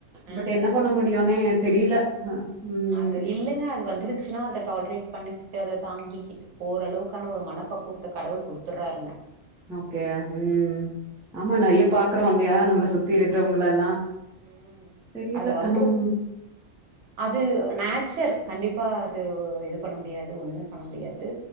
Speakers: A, on the right (about 70°); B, in the centre.
A: ம்
B: பட் என்ன பண்ண முடியுனே எனக் தெரில அ ம்.
A: அது இல்லங்க அது வந்துருச்சுன்னா அத டால்ரேட் பண்ணிக்கிட்டு அத தாங்கிக்கிட்டு இப் ஓரளவுக்கான ஒரு மனப்பக்குவத்த கடவுள் குடுத்துர்றாருங்க
B: ஓகே ம்
A: ம்
B: ஆமா நறையா பாக்குறோ இல்லயா நம்மள சுத் தி இருக்குறவங்கள எல்லா
A: ம்
B: தெரில
A: அது வந்துரும்
B: ஆம்
A: அது நேச்சர் கண்டிப்பாக அது இது பண்ண முடியாது ஒன்னுமே பண்ண முடியாது